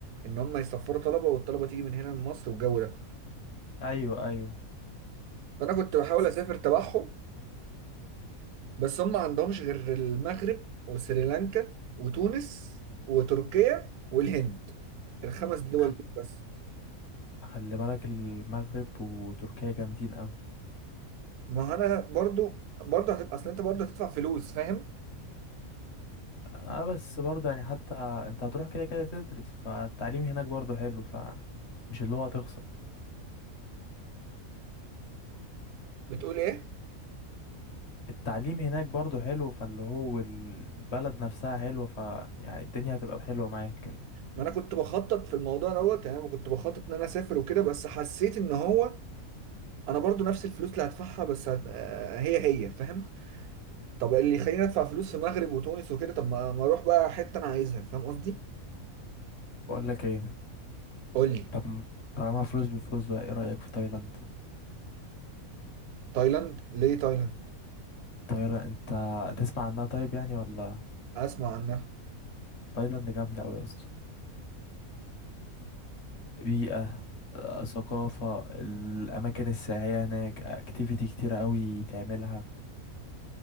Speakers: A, on the right; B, on the left.
A: ان هم يسافروا طلبة والطلبة تيجي من هنا لمصر والجو ده
B: ايوه ايوه
A: فانا كنت بحاول
B: بس
A: اسافر تبعهم بس هم ما عندهمش غير المغرب وسريلانكا وتونس وتركيا والهند الخمس دول
B: خل...
A: دول بس
B: خلي بالك المغرب وتركيا جامدين قوي
A: ما انا برضو برضو هت... اصل انت برضو هتدفع فلوس فاهم
B: اه بس برضه يعني حتى انت هتروح كده كده تدرس فالتعليم هناك برضه حلو ف مش اللي هو هتخسر
A: بتقول ايه
B: التعليم هناك برضه حلو فاللي هو البلد نفسها حلوة ف يعني الدنيا هتبقى حلوة معاك
A: ما انا كنت بخطط في الموضوع دوت يعني انا كنت بخطط ان انا اسافر وكده بس حسيت ان هو انا برضو نفس الفلوس اللي هدفعها بس هت... آه، هي هي فاهم طب اللي يخليني ادفع فلوس في المغرب وتونس وكده طب ما ما اروح بقى حته انا عايزها فاهم قصدي
B: بقول لك ايه
A: قول لي
B: طب م- طالما فلوس بفلوس بقى ايه رأيك في تايلاند
A: تايلاند ليه تايلاند
B: تايلاند انت تسمع عنها طيب يعني ولا
A: اسمع عنها
B: تايلاند جامدة قوي يا اسطى بيئة آه، ثقافة الأماكن السياحية هناك أكتيفيتي كتيرة قوي تعملها